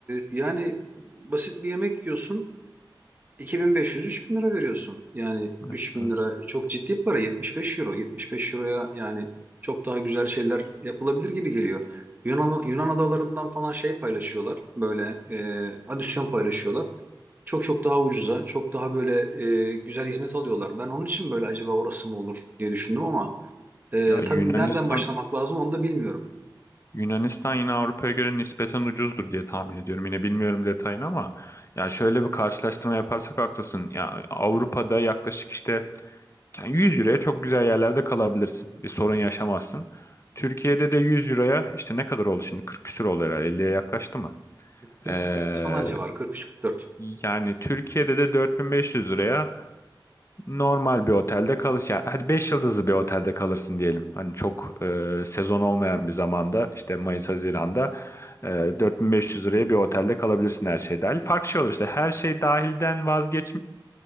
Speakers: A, on the right; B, on the left.
A: yani basit bir yemek yiyorsun. 2500-3000 lira veriyorsun. Yani
B: Evet,
A: 3000
B: evet.
A: lira e, çok ciddi bir para. 75 euro. 75 euroya yani çok daha güzel şeyler yapılabilir gibi geliyor. Yunan, Yunan adalarından falan şey paylaşıyorlar. Böyle e, adisyon paylaşıyorlar. Çok çok daha ucuza, çok daha böyle e, güzel hizmet alıyorlar. Ben onun için böyle acaba orası mı olur diye düşündüm ama e,
B: Ya Yunanistan
A: tabii nereden başlamak lazım onu da bilmiyorum.
B: Yunanistan yine Avrupa'ya göre nispeten ucuzdur diye tahmin ediyorum. Yine bilmiyorum detayını ama ya şöyle bir karşılaştırma yaparsak haklısın. Ya Avrupa'da yaklaşık işte yani 100 euroya çok güzel yerlerde kalabilirsin. Bir sorun yaşamazsın. Türkiye'de de 100 euroya işte ne kadar oldu şimdi? 40 küsür oldu herhalde. 50'ye yaklaştı mı?
A: 44
B: Ee,
A: falan civarı, 43-44.
B: yani Türkiye'de de 4500 liraya normal bir otelde kalış yani hadi 5 yıldızlı bir otelde kalırsın diyelim. Hani çok e, sezon olmayan bir zamanda işte Mayıs Haziran'da e, 4500 liraya bir otelde kalabilirsin her şey dahil. Farklı şey olur işte her şey dahilden vazgeç